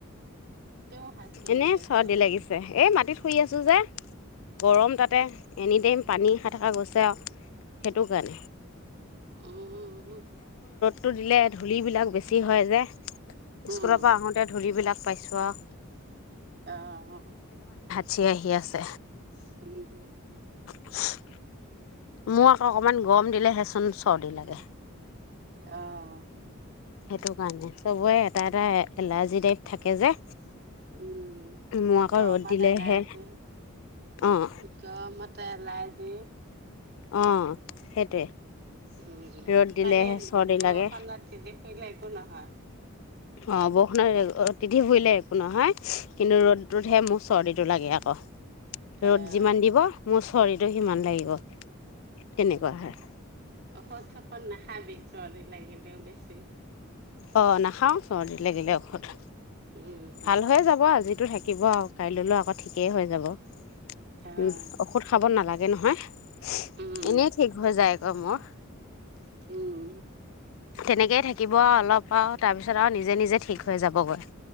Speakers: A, on the right (about 50°); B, on the left (about 70°).
A: তেওঁ হাঁচি
B: এনেই
A: আহি
B: চৰ্দি
A: আছে
B: লাগিছে। ‌ এই মাত পাটিত শুই আছো যে। গৰম তাতে, এনিটাইম পানী খাই থকা গৈছে আৰু সেইটো কাৰণে।
A: উম, হম, হম।
B: টো দিলে ধূল বিলাক বেছি হয় যে।
A: উম
B: স্কুলৰ পৰা আহোতে ধুলি বিলাক পাইছোঁ আৰু।
A: অহ, অহ, অহ।
B: চি আহি আছে।
A: উম, হম, হম।
B: <unintelligible> মোৰ আকৌ অকমান গৰম দিলেহেচোন চৰ্দি লাগে।
A: অ'।
B: সেইটো কাৰণে। চবৰে এটা এটা এলাৰ্জি টাইপ থাকে যে।
A: উম,
B: মোৰ আকৌ
A: গৰমাত
B: ৰ'দ দিলেহে
A: এলাৰ্জি।
B: অঁ
A: গৰমতে এলাৰ্জি
B: অহ, সেইটোৱে।
A: উম,
B: ৰ'দ দিলেহে
A: পানী
B: চৰ্দি লাগে
A: <unintelligible> সিবিলাক একো নহয়।
B: অহ, বৰষূণে আতি তু দিলে একো নহয়। কিন্তু, ৰ'দটোতহে মোৰ চৰ্দিটো লাগে আকৌ।
A: অ',
B: ৰ'দ যিমান দিব মোৰ চ শৰীৰটো সিমান লাগিব। তেনেকুৱা
A: উম,
B: হয়
A: ঔষধ-চৌখদ নাখ খাবি চৰ্দি লাগিলেও বেছি।
B: অহ, নাখাওঁ চৰ্দিত লাগিলে ঔষধ।
A: উম,
B: ভাল হৈ যাব আজি তু থাকিব আৰু কাইলৈলো আকৌ ঠিকেই হৈ যাব। উম,
A: অ',
B: ঔষধ খাব নালাগে। গে নহয় <unintelligible>
A: উম,
B: এনেই ঠিক হৈ যায়। অ মোৰ
A: উম
B: তেনেকেই থাকিব আ অলপ আ তাৰ পিছত আ নিজে নিজে ঠিক হৈ যাবগৈ।